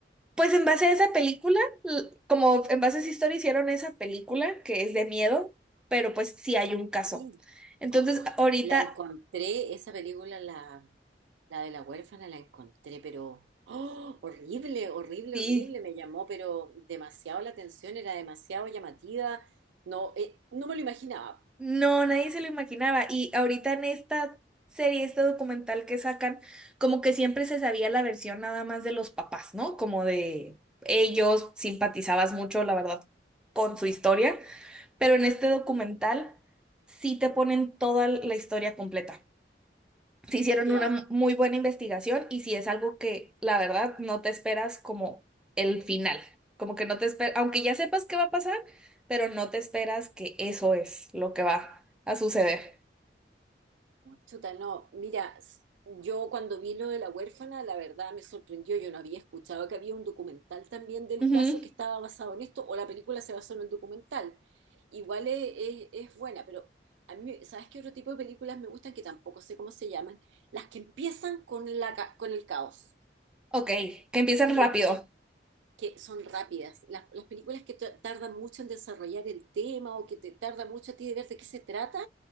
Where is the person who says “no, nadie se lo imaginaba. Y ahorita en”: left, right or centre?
Centre